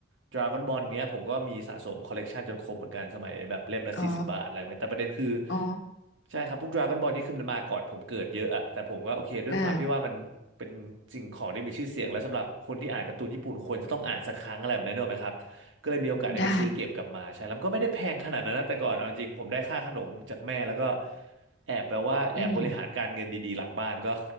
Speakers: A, on the right; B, on the left.
A: Dragon Ball เนี้ยผมก็มีสะสมคอลเลกชันจนครบเหมือนกันสมัยแบบเล่มละสี่สิบบาทอะไรเงี้ยแต่ประเด็นคือ
B: อ๋ออ๋อ
A: ใช่ครับพวก Dragon Ball นี่คือมันมาก่อนผมเกิดเยอะอะแต่ผมก็โอเคด้วยความที่ว่ามันเป็นสิ่งของที่มีชื่อเสียงและสำหรับคนที่อ่านการ์ตูนญี่ปุ่นควรจะต้องอ่านสักครั้งอะไรแบบนั้นเนกอะไหมครับ
B: อ่า
A: ก็เลยมีโอกาสได้ไปซื้อเก็บกลับมาใช่แล้วมันก็ไม่ได้แพงขนาดนั้นนะแต่ก่อนเอาจริงผมได้ค่าขนมจากแม่
B: ได้
A: แล้วก็แอบแบบว่าแอบบริหารการเงินดีๆ
B: อืม
A: หลังบ้านก็